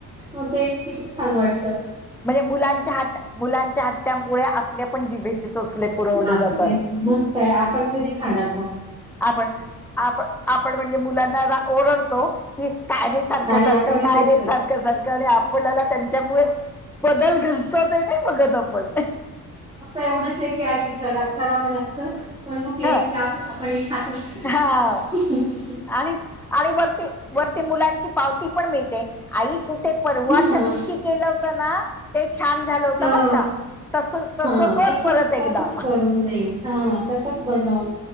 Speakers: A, on the right; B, in the centre.
A: मग ते किती छान वाटतं
B: म्हणजे मुलांच्या हट मुलांच्या हट्ट्यामुळे आपले पण जिभेचे सोचले पुरवले
A: आपले
B: जातात
A: मग काय आपण कधी खाणार मग?
B: आपण आप आपण म्हणजे मुलांना ओरडतो की काय रे सारखं
A: आणि
B: सारखं
A: आपणही
B: काय
A: तेच
B: रे
A: कर
B: सारखं सारखं आणि आपल्याला त्यांच्यामुळे बदल घडतंच नाही बघत आपण
A: तेवढेच एक यारी करा कराव लागत पण मग केलं
B: ह
A: की आप आपण हे खात असतो
B: हा आणि आणि मग ते मुलांची पावती पण मिळते आई तू ते परवाच्या
A: हा.
B: दिवशी केलं होत ना ते छान झालं होत
A: तर
B: बर का. तस तस
A: हां,
B: कर
A: तसं
B: परत एकदा
A: तसंच करून दे हा तसंच बनव